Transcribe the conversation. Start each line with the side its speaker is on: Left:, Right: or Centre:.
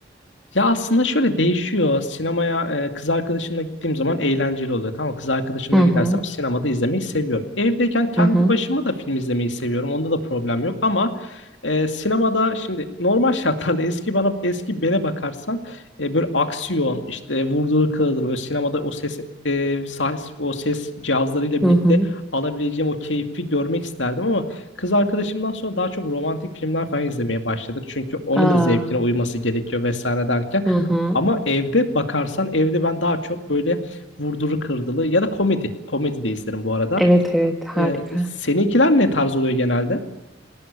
Left: Ya aslında şöyle değişiyor. Sinemaya e, kız arkadaşımla gittiğim zaman eğlenceli oluyor. Tamam mı? kız arkadaşımla
Centre: Hı
Left: gidersem
Centre: hı,
Left: sinemada izlemeyi seviyorum. Evdeyken kendi
Centre: hı hı.
Left: başıma da film izlemeyi seviyorum. Onda da problem yok ama e, sinemada şimdi normal <laughs> şartlarda eski bana eski bene bakarsan e, böyle aksiyon işte vurduğu kırılır böyle sinemada o ses e, sah- o ses cihazlarıyla
Centre: Hı
Left: birlikte
Centre: hı.
Left: alabileceğim o keyfi görmek isterdim ama Kız arkadaşımdan sonra daha çok romantik filmler falan izlemeye başladık. Çünkü onun
Centre: Aa,
Left: da zevkine uyması gerekiyor vesaire derken.
Centre: hı hı.
Left: Ama evde bakarsan evde ben daha çok böyle vurduru kırdılı ya da komedi. Komedi de izlerim bu arada.
Centre: Evet evet harika.
Left: Ee, seninkiler ne tarz oluyor genelde?